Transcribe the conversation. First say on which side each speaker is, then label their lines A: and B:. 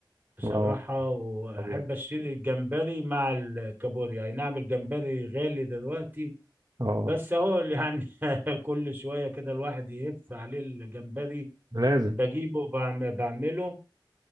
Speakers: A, on the right; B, on the right.
A: بصراحة
B: اه
A: وأحب
B: ابيض
A: أشتري الجمبري مع الكابوريا يعني نعمل جمبري غالي دلوقتي
B: اه
A: بس أهو يعني <laughs> كل شوية كده الواحد يهف عليه الجمبري
B: لازم
A: بجيبه وبعمله